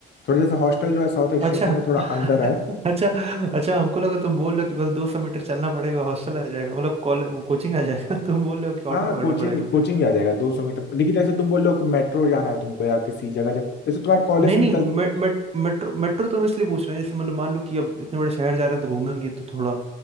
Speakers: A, on the left; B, on the right.
A: थोड़ा जैसे हॉस्टल जो है साउथ एक्सटेंशन
B: अच्छा
A: में थोड़ा
B: <laughs>
A: अंदर है
B: अच्छा अच्छा हमको लगा तुम बोल रहे हो कि बस दो सौ मीटर चलना पड़ेगा हॉस्टल आ जाएगा मतलब कॉलेज वो कोचिंग आ जाएगा <laughs> तुम बोल रहे हो कि ऑटो
A: हाँ हाँ,
B: पकड़ना
A: कोचिंग
B: पड़ेगा
A: कोचिंग भी आ जाएगा दो सौ मीटर लेकिन जैसे तुम बोल रहे हो कि मेट्रो जाना है तुमको या किसी जगह जा जैसे तुम्हारे कॉलेज
B: नहीं
A: से
B: नहीं
A: निकल
B: मे, मे, मेट्रो मेट्रो तो हम इसलिए पूछ रहे हैं जैसे मतलब मान लो कि अब इतने बड़े शहर जा रहे हैं तो घूमेंगे तो थोड़ा